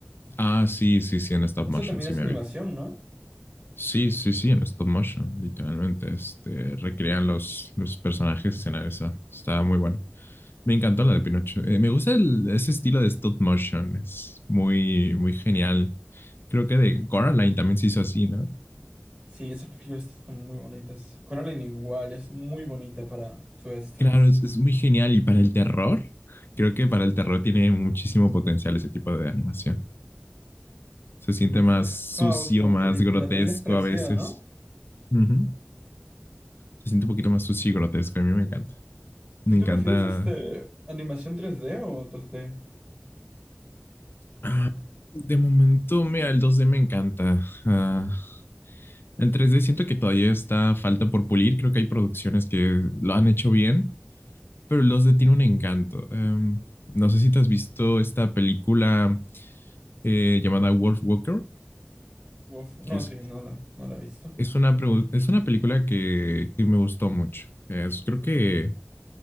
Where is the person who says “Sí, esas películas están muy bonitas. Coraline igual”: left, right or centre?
Right